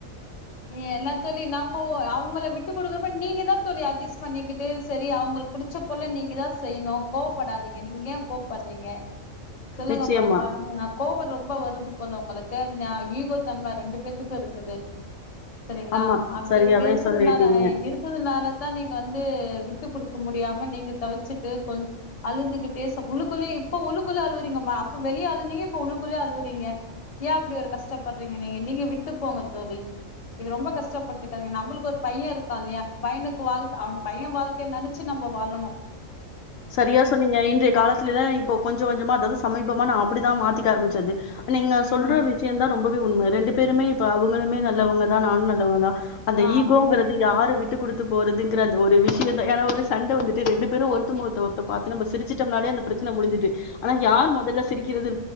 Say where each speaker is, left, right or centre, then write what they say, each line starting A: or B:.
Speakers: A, on the left; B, on the left.
A: ஏ என்ன தோழி நம்ப அவ உங்கள விட்டு கொடுக்குறப்ப நீங்க தான் தோழி அட்ஜஸ்ட் பண்ணிக்கிட்டு சரி அவங்களுக்கு புடிச்ச போல நீங்க தான் செய்யணும் கோவப்படாதீங்க நீங்க ஏன் கோவப்படுறீங்க சொல்லுங்க
B: நிச்சயமா
A: பாக்கலாம் கோபம் ரொம்ப வருது போல உங்களு நா ஈகோ தன்ம ரெண்டு பேத்துக்கும் இருக்குது சரிங்களா
B: ஆமா
A: அப்படி
B: சரியாவே
A: இருக்கு இருக்கதுனால
B: சொல்லிட்டீங்க
A: இருக்கதுனால தான் நீங்க வந்து விட்டு குடுக்க முடியாம நீங்க தவிச்சுட்டு கொஞ் அழுந்துகிட்டு உள்ளுக்குள்ளேயே இப்ப உள்ளுக்குள்ளயே அழுவுறீங்கம்மா அப்ப வெளியே அழுந்தீங்க இப்ப உள்ளக்குள்ளயே அழுவுறீங்க ஏன் அப்படி ஒரு கஷ்டப்படுறீங்க நீங்க நீங்க விட்டு போங்க தோழி இது ரொம்ப கஷ்டப்பட்டுக்காதீங்க நம்மளுக்கு ஒரு பையன் இருக்கான் இல்லையா பையனுக்கு வாழ அவன் பையன் வாழ்க்கைன்னு நெனைச்சு நம்ம வாழணும்
B: சரியா சொன்னீங்க இன்றைய காலத்துல தா இப்போ கொஞ்ச கொஞ்சமா அதாவது சமீபமா நா அப்படிதான் மாத்திக்க ஆரமிச்சது நீங்க
A: ம்
B: சொல்ற விஷயம் தான் ரொம்ப உண்ம ரெண்டு பேருமே இப்ப அவங்களுமே நல்லவங்க தான் நானும் நல்லவங்க தான் அந்த
A: ஆ
B: ஈகோங்கறது
A: பின்ன
B: யாரு விட்டு குடுத் போறதுங்கிற அந்த ஒரு விஷயதா ஏனா ஒரு சண்ட வந்துட்டு ரெண்டு பேரும் ஒருத்த ஒருத்தர் முகத்தை ஒருத்தர் பாத்து நம்ப சிரிச்சிட்டோம்னால அந்த பிரச்சன முடிஞ்சுது ஆனா யார் முதல்ல சிரிக்கிறது